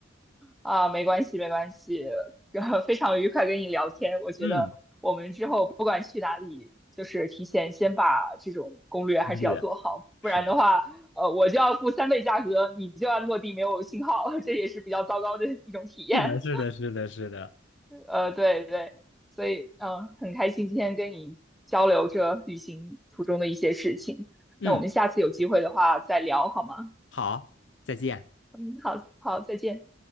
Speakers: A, in the centre; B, on the left (about 70°).
A: 啊，没关系，没关系，呃非常愉快跟你聊天。我觉得我们之后不管去哪里，
B: 嗯，
A: 就是提前先把这种攻略还是要做好，
B: 对，
A: 不然的话，
B: 是的，
A: 呃，我就要付三倍价格，你就要落地没有信号，<laughs> 这也是比较糟糕的一种体验。
B: 是的，是的，是的，是的。
A: 呃，对对，所以嗯、呃很开心今天跟你交流这旅行途中的一些事情。
B: 嗯，
A: 那我们下次有机会的话再聊好吗？
B: 好，再见。
A: 嗯，好好，再见。